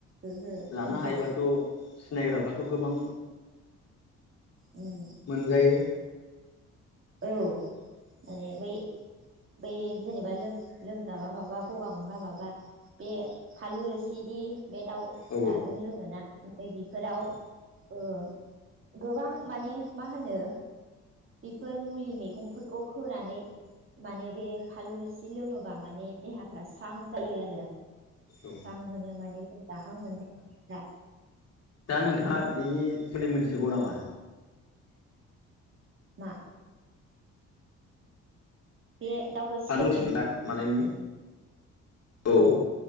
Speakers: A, on the right; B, on the left.
A: ओहो
B: लानो
A: ओहो
B: हायोबाथ' सिनायग्राफ्राथ' गोबां
A: उम
B: मोनजायो।
A: औ माने बै। बै जेनेबा लोमजाबा माबा गगा मोनबा माबा बे फालु रसिदि बे दाउ फिसाजों
B: औ
A: लोङोना नै बेफोराव
B: औ
A: ओ गोबां माने मा होनो। बेफोर मुलि मैगंफोरखौ होनानै। माने बे फालु रोसि लोङोबा माने देहाफ्रा स्रां जायो आरो
B: औ
A: स्रां मोनो माने लोंजाहां मोननायफ्रा।
B: दा नोंथाङा बिनि सो मोनथिगौ नामा
A: मा? बे दावरोसि
B: फालु‌
A: लोंनायनि
B: रोसि मानायनि औ
A: अ